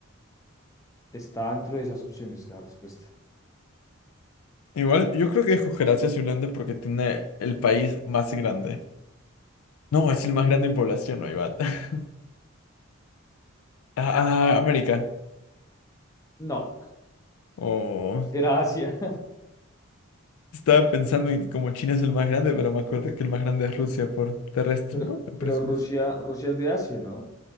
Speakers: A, on the left; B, on the left.
A: Está dentro de esas opciones la respuesta.
B: Igual, yo creo que escoger Asia simplemente porque tiene el país más grande. No, es el más grande en población, no hay bat. <laughs> Ah,
A: Mm,
B: ah, América.
A: No,
B: Oh.
A: Era Asia.
B: Estaba pensando en que como China es el más grande, pero me acuerdo que el más grande es Rusia por terrestre,
A: <laughs> Pero,
B: ¿no? Me parece
A: pero Rusia,
B: que es... oh.
A: Rusia es de Asia, ¿no?